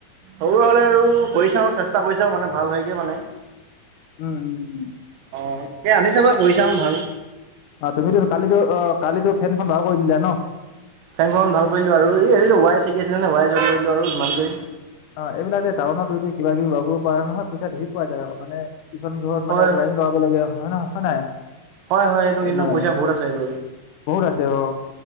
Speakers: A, on the right; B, on the left.
A: সৰু হ'লে আৰু কৰি চাওঁ চেষ্টা কৰি চাওঁ মানে ভাল হয়গে মানে।
B: উম উম উম।
A: অ তাকে আনি চাবা কৰি চাম ভাল।
B: অ তুমিতো কালিতো অ কালিতো ফেনখন বাৰু কৰি দিলা ন।
A: ফেনখন ভাল কৰিলোঁ আৰু এই ৱাৰ চিগি আছিলে ৱাৰ জইন কৰি দিলোঁ আৰু ইমানটোৱে।
B: অ এইবিলাকে টাউনত যদি কিবা কিবি ওলাব পাৰা নহয় পইচা ধেই পোৱা যায় আৰু মানে- কিছুমান ঘৰত
A: হয়,
B: মানে ৱাইিং লগাব লাগে হয় নহয় হয় নাই।
A: হয় হয় এইটো কিন্তু
B: নাই
A: পইচা বহুত আছে এইটো।
B: বহুত আছে অ